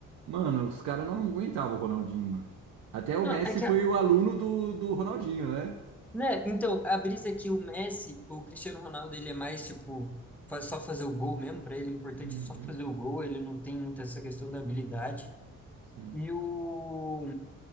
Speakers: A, on the right; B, in the centre.
A: Mano, os caras não aguentavam o Ronaldinho, mano. Até o
B: Não,
A: Messi
B: é que,
A: foi
B: a-
A: o aluno do, do Ronaldinho, né?
B: né? Então, a brisa é que o Messi, o Cristiano Ronaldo, ele é mais, tipo, faz só fazer o gol mesmo, pra ele, o importante
A: Uhum,
B: é só fazer o gol, ele não tem muito essa questão da habilidade.
A: sim,
B: E o